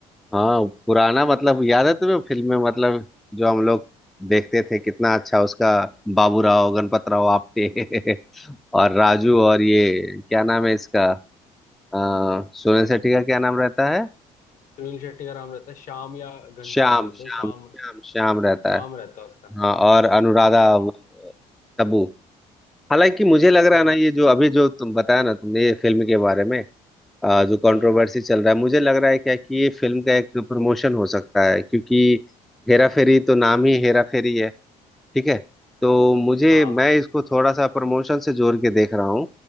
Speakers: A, in the centre; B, on the left.
A: हाँ पुराना मतलब याद है तुम्हें फिल्म में मतलब जो हम लोग देखते थे कितना अच्छा उसका बाबूराव गणपत राव आप्टे <laughs> और राजू
B: हम्म
A: और ये क्या नाम है इसका आ, सोनल सेठी का क्या नाम रहता है
B: सुनील शेट्टी का नाम रहता है श्याम या घनश्याम
A: श्याम
B: बोल
A: श्याम
B: दो श्याम
A: श्याम श्याम रहता
B: श्याम
A: है
B: रहता है उसका
A: हाँ और अनुराधा
B: हाँ
A: वो, तब्बू हालांकि मुझे लग रहा
B: तब
A: है ना ये जो अभी जो तुम बताया ना तुमने ये फिल्म के बारे में आ, जो कंट्रोवर्सी
B: हम्म
A: चल रहा है मुझे लग रहा है क्या कि ये फिल्म का एक प्रमोशन हो सकता है क्योंकि हेरा फेरी तो नाम ही हेरा फेरी है ठीक है तो मुझे
B: हाँ
A: मैं इसको थोड़ा सा प्रमोशन से जोड़ के देख रहा हूँ